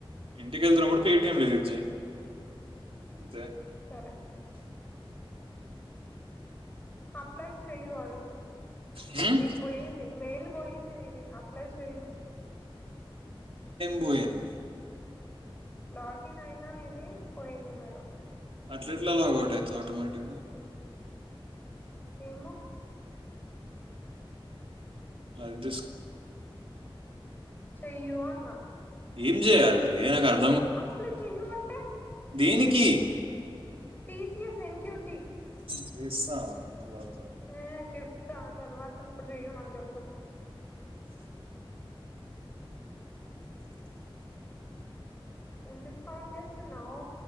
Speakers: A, on the right (about 75°); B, on the left (about 20°).
A: ఇంటికేళ్తున్నప్పుడు పేటిఎం డిలీట్ చెయ్ అంతే
B: సరే అప్లై చెయ్యు అది
A: హ్మ్?
B: మీరు పోయింది మెయిల్ పోయింది నీది అప్లై చెయ్యు
A: బోయింది
B: లాగిన్ అయినా నీది పోయింది మర్
A: అట్లెట్ల లాగౌట్ అయితవ్ ఆటోమేటిక్ గా
B: ఏమో
A: లైట్ దిస్కో
B: చేయు అన్న
A: ఏం జేయాల్నే నాక్ అర్ద్
B: అప్లై చేయూ అంటే
A: దేనికీ
B: టీ సి ఎస్ ఎన్క్యూటీకి
A: చేస్తా తర్వాత
B: ఊమ్ తిప్పుతా ఆ తర్వాత ఇప్పుడు చెయ్యు నాక్ తెల్వద్ ఎందుక్ సౌండ్ జేస్తున్నావు